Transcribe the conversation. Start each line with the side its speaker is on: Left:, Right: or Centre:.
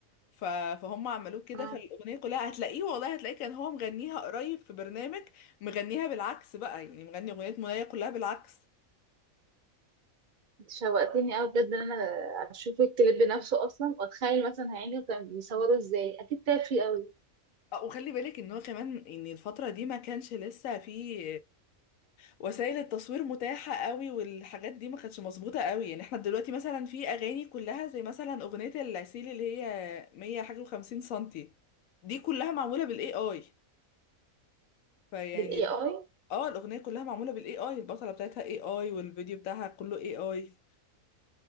Left: ف... فهم عملوه كده
Right: اه
Left: فالاغنية كلها هتلاقيه والله هتلاقيه كان هو مغنيها قريب في برنامج مغنيها بالعكس بقى يعني مغني اغنية منايا كلها بالعكس
Right: انت شوقتني قوي بجد ان انا اشوف الكليب نفسه اصلا واتخيل مثلا هيعملوا كان بيصوروا ازاي اكيد تعب فيه قوي
Left: آه، وخلي بالك ان هو كمان ان الفترة دي ما كانش لسه في وسائل التصوير متاحة قوي والحاجات دي ما كانتش مظبوطة قوي يعني احنا دلوقتي مثلا في اغاني كلها زي مثلا اغنية العسيل اللي هي 100 حاجة وخمسين سنتي دي كلها معمولة بالاي اي فيعني
Right: بالاي
Left: ال-
Right: اي
Left: اه الاغنية كلها معمولة بالاي اي البطلة بتاعتها اي اي والفيديو بتاعها كله اي اي